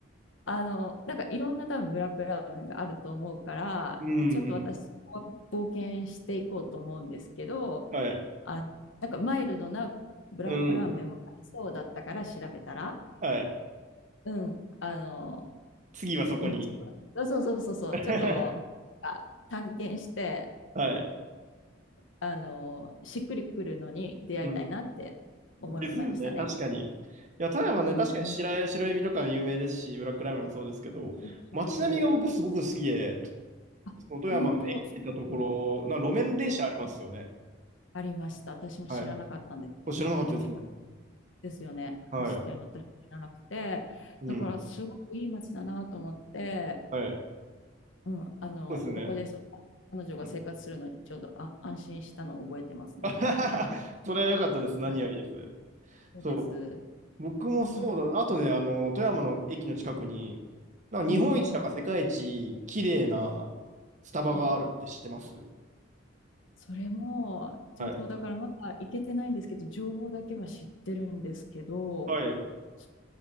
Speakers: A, on the left; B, on the right.
A: あの、なんかいろんな多分ブラックラーメンがあると思うから、
B: うん。
A: ちょっと私、
B: うん
A: 応援していこうと思うんですけど、
B: はい。
A: あ、なんかマイルドなブラックラーメンもありそうだったから調べたら、
B: うん。はい。
A: うん、あの、
B: 次はそこに。
A: うん、ちょっと、そうそうそうそう、
B: <laughs>
A: ちょっとあ探検して、
B: はい。
A: あの、しっくりくるのに出会いたいなって思いましたね。
B: うん。ですよね。確かに。いや、富山ね、
A: うんうん。
B: 確かに白え、白エビとか有名ですし、ブラックラーメンもそうですけど、
A: そうそうそう。
B: 街並みが僕すごく好きで、と
A: あ、
B: その富山の駅行ったところ、
A: 本当、そうなの。
B: な路面電車ありますよね。
A: ありました。私も知らなかったんです。
B: はい。これ知らなかったですね。
A: 路面が。ですよね。走ってるの私知らなくて。
B: はい。うん。
A: だから、すごくいい街だなと思って、
B: はい。
A: うん、あの、
B: そうですよね。
A: ここでそう彼女が生活するのにちょうどあ安心したのを覚えてますね。
B: うん <laughs> それは良かったです。何よりです。
A: あ、そうです。
B: そう。僕もそうだ。
A: うん。うん
B: あとね、あの、富山の駅の近くに、なんか日本一だか世界一綺麗な
A: うん
B: スタバがあるって知ってます
A: うん。それも、ちょっとだからまだ行けてないんですけど、
B: はい。
A: 情報だけは知ってるんですけど、
B: はい。
A: そ